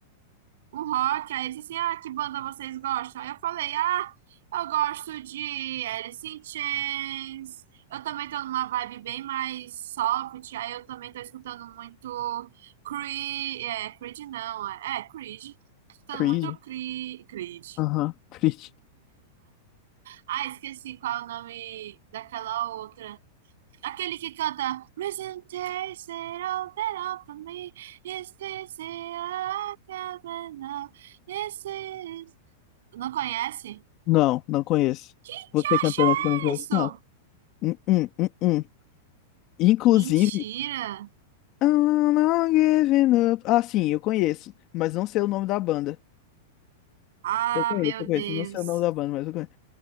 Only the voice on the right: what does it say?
um rock. Aí ele disse assim: Ah, que banda vocês gostam? Aí eu falei: Ah, eu gosto de Alice in Chains. Eu também tô numa vibe bem mais soft. Aí eu também tô escutando muito Creed. É, Creed não, é, é Creed. Escutando
muito Creed. Creed.
Ah, esqueci qual é o nome daquela outra. Aquele que canta Reason takes it all that all for me It's easy, I can't enough It's easy, Não conhece?
Que
acha
é
isso?
Mentira.
Ah,
meu
Deus.